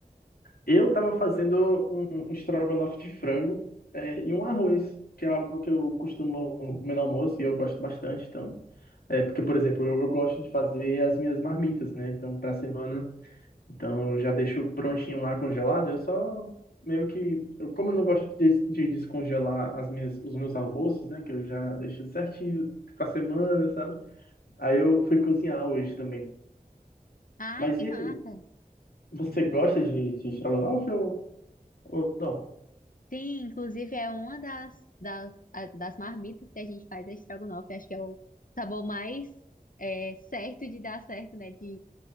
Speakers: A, on the left; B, on the left.
A: Eu tava fazendo um, um estrogonofe de frango, é, e um arroz, que é algo que eu costumo comer no almoço e eu gosto bastante. Então, é, porque, por exemplo, eu, eu gosto de fazer as minhas marmitas, né? Então, pra semana. Então eu já deixo prontinho lá congelado, eu só meio que, eu, como eu não gosto de, de descongelar as minhas, os meus almoços, né, que eu já deixo certinho pra semana, sabe? Aí eu fui cozinhar hoje também.
B: Ai,
A: Mas
B: que
A: e
B: massa!
A: aí, você gosta de, de estrogonofe ou, ou não?
B: Sim, inclusive é uma das, das, a- das marmitas que a gente faz, a estrogonofe. Acho que é o sabor mais é, certo de dar certo, né? De,